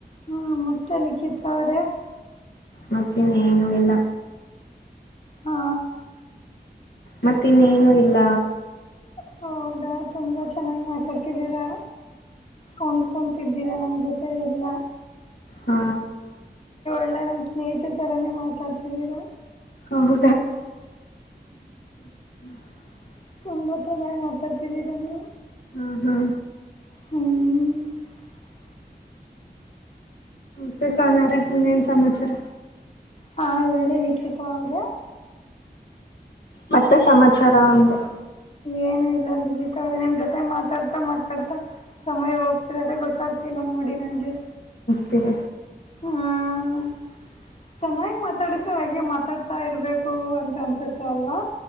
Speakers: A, on the left (about 40°); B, on the left (about 70°).
A: ಹಾ ಮತ್ತೆ ಲಿಖಿತ ಅವ್ರೇ
B: ಮತ್ತೆ ಏನು ಇಲ್ಲ
A: ಹಾ
B: ಮತ್ತ ಇನ್ನೇನು ಇಲ್ಲ
A: ಹೌದಾ ತುಂಬಾ ಚೆನ್ನಾಗಿ ಮಾತಾಡ್ತಿದ್ದೀರಾ ಕೊಂಡ್ಕೊಂತಿದ್ದೀರಾ ನಮ್ ಜೊತೆ ಎಲ್ಲಾ
B: ಹ್ಮ
A: ಎಲ್ಲ ನಮ್ಮ್ ಸ್ನೇಹಿತಿತರನೇ ಮಾತಾಡ್ತಿದೀರಾ
B: ಹೌದ ಹ <unintelligible>
A: ತುಂಬಾ ಚೆನ್ನಾಗಿ ಮಾತಾಡ್ತಿದ್ದೀರಾ ನೀವು
B: ಹೌದಾ
A: ಹ್ಮ್
B: ತ್ತ ಸಹನ ಅವ್ರೇ ಏನ್ ಸಮಾಚಾರ
A: ಹಾ ಹೇಳಿ ನಿಕ್ಷಿತಾ ಅವರ
B: ಮತ್ತೆ ಸಮಾಚಾರ ಅಂದೆ
A: ಏನು ಇಲ್ಲಲ್ಲಿಗೀಿತವ್ರೆ ನಿಮ್ ಜೊತೆ ಮಾತಾಡ್ತಾ ಮಾತಾಡ್ತಾ ಸಮಯ ಹೋಗ್ತ ಗೊತ್ತಾಗ್ತಿಲ್ಲ ನೋಡಿ ನನ್ಗೆ
B: ಇರ <unintelligible>
A: ಹ್ಮ್ ಚೆನ್ನಾಗಿ ಮಾತಾಡಿದ್ರೆ ಹಾಗೆ ಮಾತಾಡ್ತಾ ಇರ್ಬೇಕು ಹೂ ಅಂತ ಅನಿಸುತ್ತೆ ಅಲ್ವಾ